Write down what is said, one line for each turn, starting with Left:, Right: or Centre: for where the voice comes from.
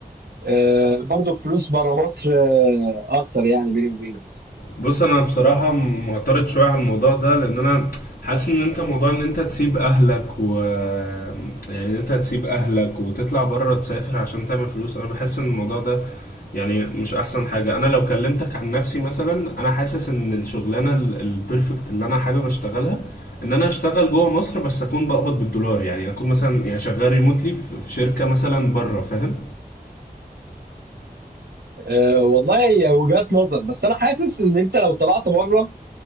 Right: أه برضه فلوس بره مصر أه أكتر يعني بيني وبينك
Left: بص انا بصراحة معترض شوية على الموضوع ده لان انا حاسس ان انت موضوع ان انت تسيب اهلك و يعني إن انت تسيب اهلك وتطلع بره تسافر عشان تعمل فلوس انا بحس ان الموضوع ده يعني مش احسن حاجة انا لو كلمتك عن نفسي مثلا انا حاسس ان الشغلانة ال- البرفكت اللي انا حابب اشتغلها ان انا اشتغل جوه مصر بس اكون بقبض بالدولار يعني اكون مثلا يعني شغال ريموتلي في في شركة مثلا بره فاهم
Right: أه والله هي وجهات نظر بس أنا حاسس إن أنت لو طلعت بره